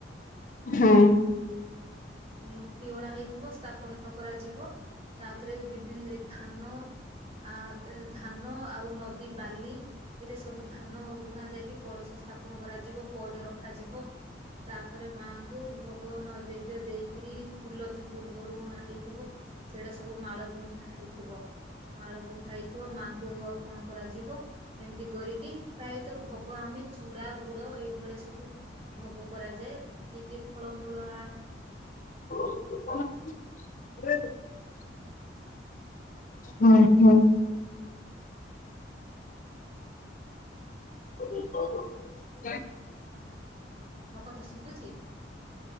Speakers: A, on the left (about 45°); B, on the right (about 30°).
A: ହଁ
B: ମୁଁ ତିଗଣା ହୋଇଇଥିବ ।ସ୍ଥାପନ କରାଯିବ। ତାପରେ ବିଭିନ୍ନ ଧାନ ଆ, ଧାନ ଆଉ'ନଦୀ ବାଲି। ଏଥିରେ ସବୁ ଧାନ ବୁଣା ଯାଇକି କଳସ ସ୍ଥାପନ କରାଯିବ ପଇଡ ରଖାଯିବ। ତାପରେ ମାଆଙ୍କୁ ଭଗବାନ ନୈବେଦ୍ୟ ଦେଇକିରି ଫୁଲ ଯୋଉ ପୂର୍ବରୁ ଅଣା ହେଇଥିବ। ସେଇଟା ସବୁ ମାଳ ଗୁନ୍ଥା ହେଇଥିବ। ମାଳ ଗୁନ୍ଥା ହେଇଥିବ। ମାଙ୍କ ଙ୍କୁ ଅର୍ପଣ କରାଯିବ। ଏମିତି କରିକି ପ୍ରାୟତଃ ଭୋଗୋ ଆମେ ଚୁଡ଼ା ଗୁଡ ଏଇଭଳିଆ ସବୁ ଭୋଗ କରାଯାଏ କି କିଏ ଫଳମୂଳ ଆ
A: <unintelligible> ହୁଁ ହୁଁ। <unintelligible>
B: ମୋ କଥାସୁୁବୁଛି?